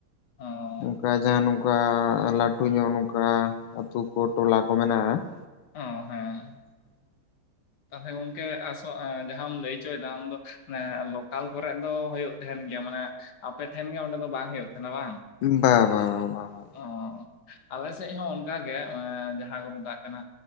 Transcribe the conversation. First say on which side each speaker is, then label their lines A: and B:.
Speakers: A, on the left; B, on the left.
A: ᱚ
B: ᱚᱱᱠᱟ ᱡᱟᱦᱟᱸ ᱱᱚᱝᱠᱟ ᱞᱟᱹᱴᱩ ᱧᱚᱜ ᱱᱚᱝᱠᱟ ᱟᱹᱛᱩ ᱠᱚ ᱴᱚᱞᱟ ᱠᱚ ᱢᱮᱱᱟᱜᱼᱟ ᱾
A: ᱚ ᱦᱮᱸ᱾ ᱛᱟᱦᱚᱞᱮ ᱜᱚᱝᱠᱮ ᱟᱥ ᱡᱟᱦᱟᱸ ᱟᱢ ᱞᱟᱹᱭ ᱦᱚᱪᱚᱭᱮᱫᱟ ᱟᱢ ᱫᱚ ᱞᱚᱠᱟᱞ ᱠᱚᱨᱮ ᱫᱚ ᱦᱩᱭᱩᱜ ᱛᱟᱦᱮᱱ ᱜᱮᱭᱟ ᱢᱟᱱᱮ ᱟᱯᱮᱴᱷᱮᱱ ᱜᱮ ᱚᱸᱰᱮ ᱫᱚ ᱵᱟᱝ ᱦᱩᱭᱩᱜ ᱛᱟᱦᱮᱱᱟ ᱵᱟᱝ?
B: ᱵᱟ ᱵᱟ ᱵᱟ ᱵᱟ᱾
A: ᱚ ᱟᱞᱮ ᱥᱮᱫ ᱦᱚᱸ ᱚᱱᱠᱟ ᱜᱮ ᱡᱟᱦᱟᱸ ᱠᱚ ᱢᱮᱛᱟᱜ ᱠᱟᱱᱟ